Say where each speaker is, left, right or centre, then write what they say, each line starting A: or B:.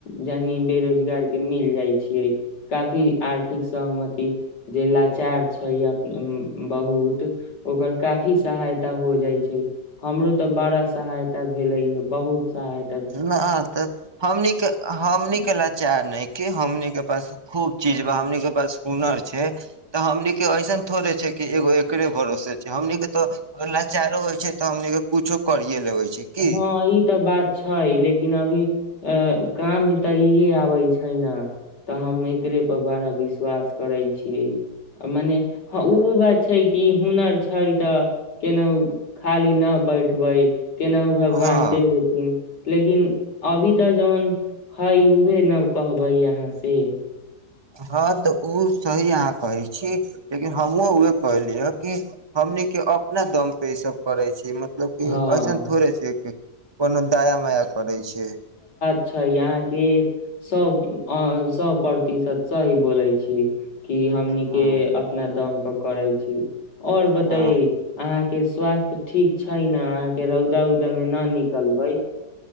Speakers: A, on the left; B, on the right.
A: जानि बेरोजगार के मिल जाइ छियै काफी आर्थिक सहमति जे लाचार छै बहुत ओकर काफी सहायता हो जाइ छै हमरो तऽ बड़ा सहायता भेलै हए बहुत सायद
B: न तऽ हमनि के हमनि के लाचार न‌इखि हमनि के पास खूब चीज बा हमनि के पास हुनर छै तऽ हमनि के ऐसन थोड़े छै क एगो एकरे भरोसे छै हमनि के तो लाचारो होय छै त हमनि के कुछो करिये लेवे छै की
A: हँ ई तऽ बात छै लेकिन लेकिन अभी अ काम तऽ इह आबै छै न तऽ हम एकरे पर बड़ा विश्वास करै छी छियै मने हँ उ बात छै कि हुनर छै तऽ केनाहु खाली नहि बैठबै न भगवान
B: हँ
A: देवथिन लेकिन अभी जौन हइ उहे न कहबै अहाँ से
B: हँ तऽ ओ सही अहाँ कहै छी लेकिन हमहुँ उह कहलिय ह कि हमनी के अपना दम पे ई सब करै छी कि
A: हँ
B: एसन थोड़े छै की कोनो दाया माया करै छै
A: यहांके सब हँ सब पड़ इ सब सही बोलय छी हमनीके
B: हँ
A: अपना दम पर करै छी आओर
B: हँ
A: बताई अहाँके स्वास्थ्य ठीक छै न अहाँ के हउ द उदमे ना नीक भइ